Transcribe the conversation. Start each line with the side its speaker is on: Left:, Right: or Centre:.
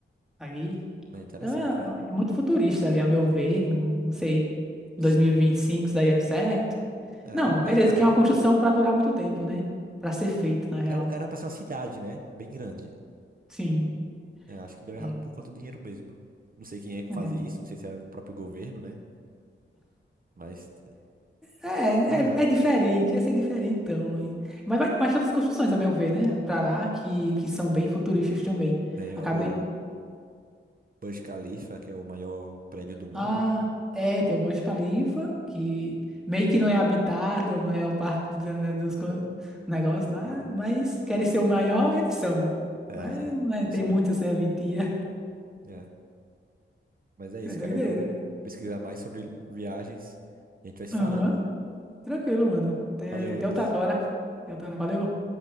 Centre: Aí.
Right: Mas é interessante,
Centre: Então é,
Right: né?
Centre: é muito futurista ali, a meu ver. Não sei, dois
Right: Sim.
Centre: mil não sei, 2025 isso aí é certo.
Right: É,
Centre: Não,
Right: é no meio
Centre: beleza,
Right: da areia
Centre: que é uma construção
Right: também.
Centre: para durar muito tempo, né? Para ser feito, na real.
Right: É um- era pra ser uma cidade, né? Bem grande.
Centre: Sim.
Right: É, acho que deu errado
Centre: É.
Right: por conta do dinheiro mesmo. Não sei quem é que
Centre: é.
Right: fazia isso, não sei se era o próprio governo, né? Mas é,
Centre: É, é,
Right: deu errado.
Centre: é, é diferente, ia ser diferente então, hein? Mas vai, mas tem outras construções, a meu ver, né? Pra lá, que, que são bem futuristas também.
Right: Tem
Centre: Acabei.
Right: o o Burj Khalifa, que é o maior prédio do mundo,
Centre: Ah,
Right: né?
Centre: é, tem o Burj Khalifa, que meio que não é habitado a maior parte da- dos co- negócios
Right: Sim.
Centre: lá, mas querem ser o maior, eles são.
Right: É,
Centre: Mas não
Right: é,
Centre: é-
Right: não
Centre: tem
Right: seguiram.
Centre: muita serventia,
Right: É. Mas é isso,
Centre: <laughs> é doideira.
Right: cara. Eu vou pesquisar mais sobre viagens e a gente vai se
Centre: Aham,
Right: falando.
Centre: Tranquilo, mano. Até,
Right: Valeu, Lucas.
Centre: até outra hora. Até outra hora, valeu.